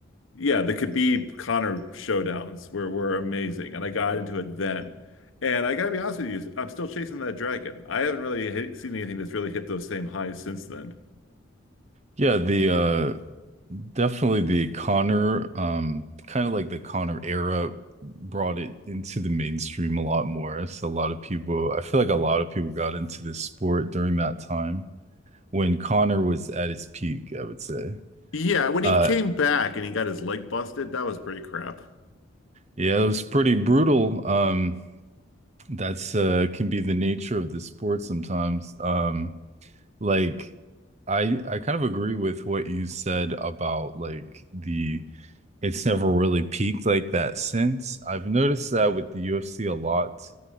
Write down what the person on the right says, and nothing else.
yeah, the uh Definitely the Connor, um, kind of like the Connor era brought it into the mainstream a lot more. So a lot of people, I feel like a lot of people got into this sport during that time when Connor was at his peak, I would say.
Uh,
yeah, it was pretty brutal. Um, that's uh can be the nature of the sport sometimes. Um, like I I kind of agree with what you said about like the it's never really peaked like that since. I've noticed that with the UFC a lot,